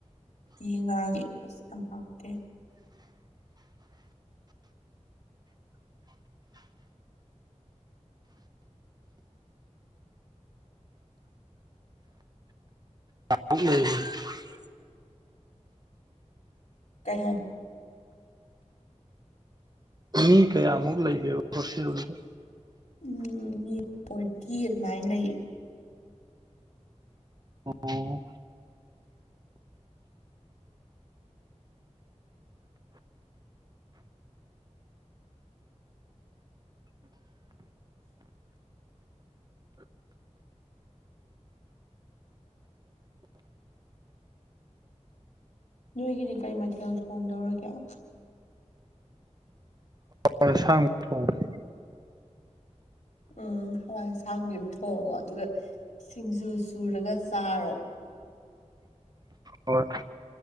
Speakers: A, on the left (about 80°); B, on the right (about 35°).
A: ꯗꯤ ꯉꯥꯒꯤ ꯑꯁ ꯌꯥꯝ ꯍꯥꯎꯇꯦ
B: <unintelligible>
A: ꯀꯩ ꯍꯥꯏꯞ
B: ꯃꯤ ꯀꯌꯥꯃꯨꯛ ꯂꯩꯒꯦꯕ ꯍꯣꯁꯇꯣꯜꯗꯨꯗ
A: ꯎꯝ ꯃꯤ ꯐꯣꯔꯇꯤ ꯑꯗꯨꯃꯥꯏꯟ ꯂꯩꯌꯦ
B: ꯑꯣ
A: ꯅꯣꯏꯒꯤꯗꯤ ꯀꯩ ꯃꯊꯦꯜ ꯊꯣꯡꯗꯧꯔꯒꯦ
B: ꯑꯦꯟꯁꯥꯡ ꯊꯣꯡꯗꯦ
A: ꯎꯝ ꯍꯋꯥꯏ ꯑꯁꯥꯡꯕꯤ ꯑꯝ ꯊꯣꯡꯉꯣ ꯑꯗꯨꯒ ꯁꯤꯡꯖꯨ ꯁꯨꯔꯒ ꯆꯥꯔꯣ
B: ꯍꯣꯏ